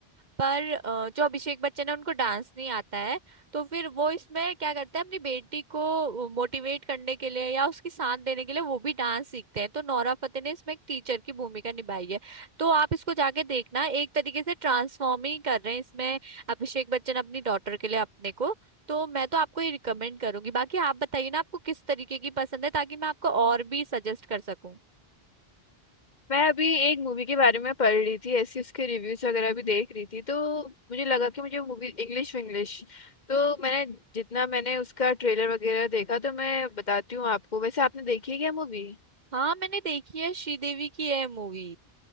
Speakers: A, on the right; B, on the left.
A: पर अ, जो अभिषेक बच्चन है उनको डांस नहीं आता है तो फिर वो इसमें क्या करते हैं अपनी बेटी को मोटिवेट करने के लिए या उसकी साथ देने के लिए वो भी डांस सीखते हैं तो नोरा फतेही ने इसमें एक टीचर की भूमिका निभाई है तो आप इसको जाके देखना एक तरीके से ट्रांसफॉर्म ही कर रहे हैं इसमें अभिषेक बच्चन अपनी डॉटर के लिए अपने को तो मैं तो आपको ये रिकमेंड करूंगी बाकी आप बताइए ना आपको किस तरीके की पसंद है ताकि मैं आपको और भी सजेस्ट कर सकूं
B: मैं अभी एक मूवी के बारे में पढ़ रही थी ऐसी उसके रिव्यूज वगैरह भी देख रही थी तो मुझे लगा कि मुझे मूवी इंग्लिश इंग्लिश तो मैंने जितना मैंने उसका ट्रेलर वगैरह देखा तो मैं बताती हूँ आपको वैसे आपने देखी है क्या मूवी
A: हाँ मैंने देखी है श्रीदेवी की है मूवी